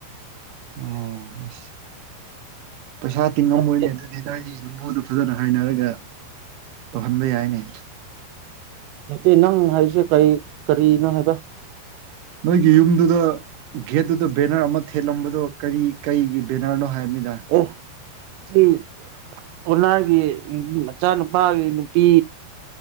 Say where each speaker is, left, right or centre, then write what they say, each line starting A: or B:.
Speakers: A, on the right; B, on the right.
A: ꯑꯝ ꯄꯩꯁꯥ ꯇꯤꯡꯉꯝꯃꯣꯏꯅꯦ
B: ꯅꯠꯇꯦ
A: ꯑꯗꯨꯗꯤ ꯅꯣꯏꯗꯤ ꯌꯨꯝꯕꯨꯗꯣ ꯐꯖꯅ ꯍꯥꯏꯅꯔꯒ ꯇꯧꯍꯟꯕ ꯌꯥꯏꯅꯦ
B: ꯅꯠꯇꯦ ꯅꯪ ꯍꯥꯏꯁꯦ ꯀꯔꯤ ꯀꯔꯤꯅꯣ ꯍꯥꯏꯕ
A: ꯅꯣꯏꯒꯤ ꯌꯨꯝꯗꯨꯗ ꯒꯦꯠꯇꯨꯗ ꯕꯦꯅꯔ ꯑꯃ ꯊꯦꯠꯂꯝꯕꯗꯣ ꯀꯔꯤ ꯀꯩꯒꯤ ꯕꯦꯅꯔꯅꯣ ꯍꯥꯏꯕꯅꯤꯗ
B: ꯑꯦ ꯁꯤ ꯑꯣꯅꯔꯒꯤ ꯃꯆꯥꯅꯨꯄꯥꯒꯤ ꯅꯨꯄꯤ